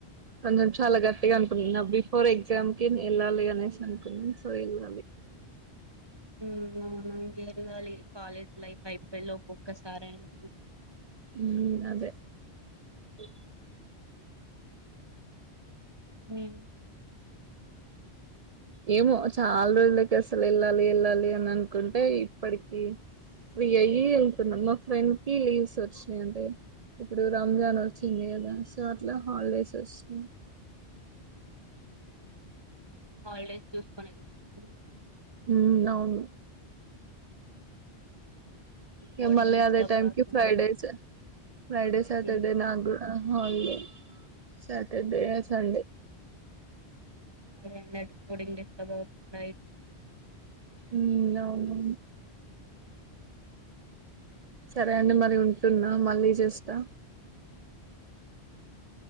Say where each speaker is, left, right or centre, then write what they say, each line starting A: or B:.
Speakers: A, on the right; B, on the right.
A: కొంచెం చాలా గట్టిగా అనుకున్నా. నా బిఫోర్ ఎగ్జామ్ కి వెళ్ళాలి. అనేసి అనుకున్నాం. సో వెళ్ళాలి.
B: ఉమ్ అవును అండి వెళ్ళాలి. College life అయిపోయేలోపు ఒక్కొక్కసారైనా.
A: ఉమ్ అదే. ఈ
B: మేం.
A: ఏమో చాలా రోజులకి అసలు వెళ్ళాలి వెళ్ళాలి అని అనుకుంటే ఇప్పటికి ఫ్రీ అయి వెళ్తున్నాం. మా ఫ్రెండ్ కి లీవ్స్ వచ్చినాయి అంటే ఇప్పుడు రంజాన్ వచ్చింది. కదా సో అట్లా హాలిడేస్ వచ్చినాయి.
B: హాలిడేస్ చూసుకోని వెళ్తాము.
A: ఉమ్ అవును.
B: అటు కోడింగ్
A: ఇగ మల్లి
B: డిస్టర్బ్
A: అదే టైమ్కి
B: కాకుండా
A: ఫ్రైడేస్. ఫ్రైడే సాటర్డే
B: ఉమ్,
A: నాకు కూడా. ఆహ్ హాలిడే. Saturday, Sunday.
B: అదేం లేదు కోడింగ్ డిస్టర్బ్ అవ్వకుండా అయితే.
A: ఉమ్ అవును. సరే అండి మరి ఉంటున్నా మళ్ళీ చేస్తా.
B: ఆహ్ సరే. అండి.